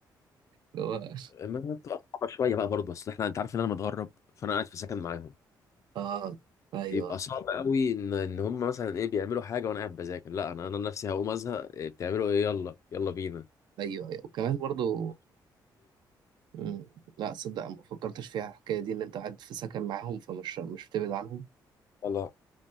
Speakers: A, on the right; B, on the left.
A: اللي هو
B: ما بتبقى صعبه شويه بقى برضه بس احنا انت عارف ان انا متغرب فانا قاعد في سكن معاهم
A: اه ايوه
B: يبقى صعب قوي ان ان هم مثلا ايه بيعملوا حاجه وانا قاعد بذاكر لا انا انا نفسي هقوم ازهق إيه بتعملوا ايه يلا يلا بينا
A: ايوه ايوه وكمان برضو مم. لا صدق ما فكرتش فيها الحكايه دي ان انت قاعد في سكن معاهم فمش مش بتبعد عنهم
B: يلا